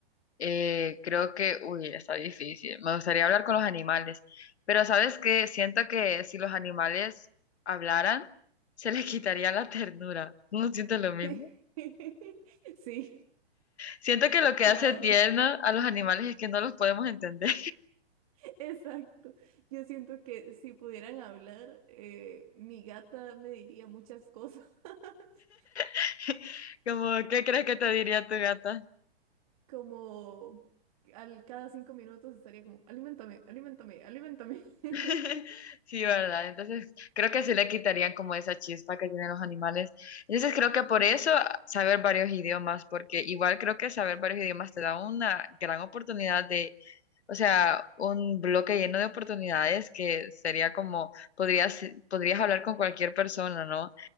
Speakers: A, on the left (about 80°); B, on the right (about 35°).
A: Eh, creo que, uy, está difícil. Me gustaría hablar con los animales. Pero ¿sabes qué? Siento que si los animales hablaran, se les quitaría la ternura. ¿No siento lo mismo?
B: Sí. <laughs> Sí,
A: Siento que lo que
B: la
A: hace
B: verdad.
A: tierno a los animales es que no los podemos entender.
B: <laughs> Exacto. Yo siento que si pudieran hablar, eh, mi gata me diría muchas cosas. <laughs>
A: <laughs> Como, ¿qué crees que te diría tu gata?
B: Como al cada cinco minutos estaría como, alimentame, alimentame, alimentame. <laughs>
A: <laughs> Sí, ¿verdad? Entonces, creo que se le quitarían como esa chispa que tienen los animales. Entonces, creo que por
B: Sí,
A: eso ah, saber varios idiomas, porque igual creo que saber varios idiomas te da una gran oportunidad de o sea, un bloque lleno de oportunidades que sería como, podrías, podrías hablar con cualquier persona, ¿no?